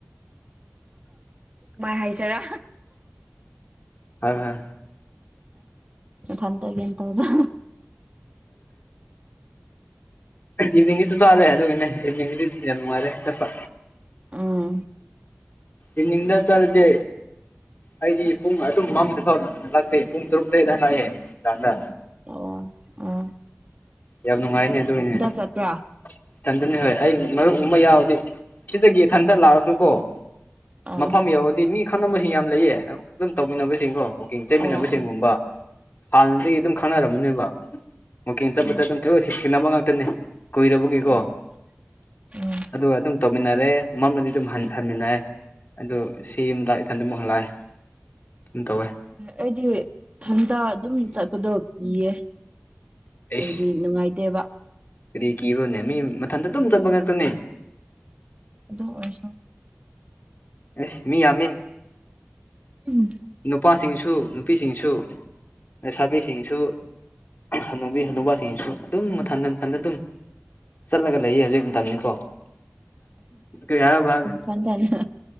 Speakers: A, on the right; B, on the left.
A: ꯃꯥꯏ ꯍꯁꯔ
B: ꯍꯣꯏ ꯍꯣꯏ
A: ꯐ ꯇꯒꯤꯦ ꯇꯖ
B: ꯏꯚꯅꯤꯡꯒꯤꯁꯨ ꯆꯂꯦ ꯑꯗꯨ ꯏꯚꯅꯤꯡꯗꯤ ꯌꯥꯝꯅꯨꯡꯉꯔꯦ ꯆꯠꯄ
A: ꯎꯝ
B: ꯏꯅꯤꯗ ꯆꯜꯗꯦ ꯑꯩꯗꯤ ꯄꯨꯡ ꯑꯗꯨꯝ ꯃꯝꯗ ꯐꯥꯎ ꯂꯥꯛꯇꯦ ꯄꯨꯡ ꯇꯔꯨꯛꯇ ꯍꯗ ꯍꯂꯥꯛꯑꯦ ꯍꯥꯡꯗ
A: ꯑꯣ ꯎ
B: ꯌꯥꯝ ꯅꯨꯡꯉꯥꯏꯅꯦ ꯑꯗꯨꯏꯅꯦ ꯏꯊꯟꯇꯅꯤ
A: ꯆꯠꯄ꯭ꯔꯥ
B: ꯍꯣꯏ ꯑꯩ ꯃꯔꯨꯞ ꯎꯨꯝꯕ ꯌꯥꯎꯗꯦ ꯁꯤꯗꯒꯤ ꯏꯊꯟꯇ ꯂꯥꯛꯑꯁꯨ ꯀꯣ
A: ꯑꯥ
B: ꯃꯐꯝ ꯌꯧꯔꯗꯤ ꯃꯤ ꯈꯟꯅꯕꯁꯤꯡ ꯌꯥꯝ ꯂꯩꯌꯦ ꯑꯗꯨꯝ ꯇꯧꯃꯤꯟꯅꯕꯁꯤꯡꯀꯣ ꯆꯠꯃꯤꯟꯅꯕꯁꯒꯨꯝꯕ
A: ꯑꯣ ꯑꯣ
B: ꯍꯥꯟꯅꯗꯒꯤ ꯑꯗꯨꯝ ꯈꯪꯅꯔꯝꯃꯅꯦꯕ ꯆꯠꯄꯗ
A: ꯑꯣ
B: ꯑꯗꯨꯝ ꯊꯗꯣꯛ ꯊꯦꯡꯅꯕ ꯉꯥꯛꯇꯅꯦ ꯀꯨꯏꯔꯕꯒꯤꯀꯣ
A: ꯑꯣ ꯎꯝ
B: ꯑꯗꯨꯒ ꯑꯗꯨꯝ ꯇꯧꯃꯤꯟꯅꯔꯦ ꯃꯔꯝꯗꯗꯤ ꯑꯗꯨꯝ ꯍꯟꯃꯤꯟꯅꯦ ꯑꯗꯨ ꯁꯤ ꯑꯃꯗ ꯏꯊꯟꯗ ꯑꯃꯨꯛ ꯍꯜꯂꯛꯑꯦ ꯑꯗꯨ ꯇꯧꯋꯦ
A: ꯑꯩꯗꯤ ꯏꯊꯟꯇ ꯑꯗꯨꯝ ꯆꯠꯄꯗꯣ ꯀꯤꯌꯦ
B: ꯑꯩꯁ
A: ꯍꯥꯏꯕꯗꯤ ꯅꯨꯡꯉꯥꯏꯇꯦꯕ
B: ꯀꯔꯤ ꯀꯤꯕ꯭ꯔꯣꯅꯦ ꯃꯤ ꯃꯊꯟꯇ ꯑꯗꯨꯝ ꯆꯦꯟꯕ ꯉꯥꯛꯇꯅꯦ
A: ꯑꯗꯨ ꯑꯣꯏꯁꯨ
B: ꯑꯦꯁ ꯃꯤ ꯌꯥꯝꯃꯤ
A: ꯎꯝ
B: ꯅꯨꯄꯥꯁꯤꯡꯁꯨ ꯅꯨꯄꯤꯁꯤꯡꯁꯨ ꯂꯩꯁꯥꯕꯤꯁꯤꯡꯁꯨ ꯍꯅꯨꯕꯤ ꯍꯅꯨꯕꯁꯤꯡꯁꯨ ꯑꯗꯨꯝ ꯃꯊꯟ ꯃꯊꯟꯗ ꯑꯗꯨꯝ ꯆꯠꯂꯒ ꯂꯩꯌꯦ ꯍꯧꯖꯤꯛ ꯃꯇꯝꯅꯤꯀꯣ ꯀꯔꯤ ꯍꯥꯏ ꯍꯥꯏꯒꯦ
A: ꯃꯊꯟꯇꯥ ꯏ